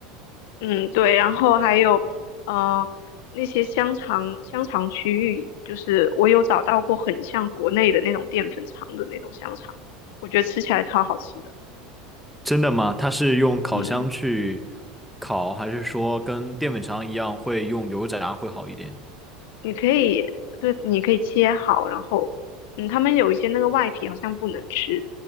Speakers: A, on the left; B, in the centre.
A: 嗯，对，然后还有呃那些香肠香肠区域，就是我有找到过很像国内的那种淀粉肠的那种香肠，我觉得吃起来超好吃的。
B: 真的吗？它是用烤箱去
A: 嗯。
B: 烤，还是说跟淀粉肠一样会用油炸会好一点？
A: 你可以，对，你可以切好，然后，嗯，他们有一些那个外皮好像不能吃，